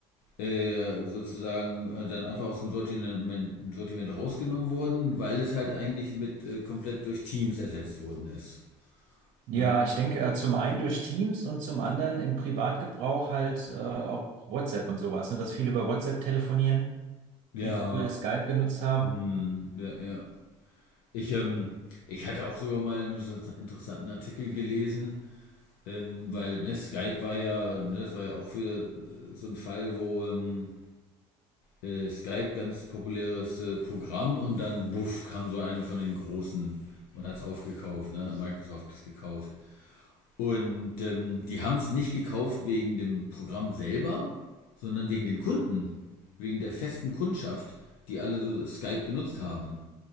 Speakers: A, on the left; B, on the right.
A: äh, sozusagen äh, dann einfach aus dem Sortiment, Sortiment rausgenommen wurden, weil es halt eigentlich mit äh, komplett durch Teams ersetzt worden ist.
B: Ja,
A: Ne?
B: ich denke, äh, zum einen durch Teams und zum anderen im Privatgebrauch halt äh, auch WhatsApp und sowas, ne? Dass viele über WhatsApp telefonieren,
A: Ja,
B: die früher Skype genutzt haben.
A: hm, ja, ja. Ich, ähm, ich hatte auch sogar mal einen so- interessanten Artikel gelesen, ähm, weil ne, Skype war ja, ne, das war ja auch wieder äh, so ein Fall, wo ähm, äh, Skype ganz populäres äh, Programm und dann buff kam so eine von den großen und hat es aufgekauft, ne, hat Microsoft das gekauft. Und ähm, die haben es nicht gekauft wegen dem Programm selber, sondern wegen den Kunden, wegen der festen Kundschaft, die alle so Skype benutzt haben.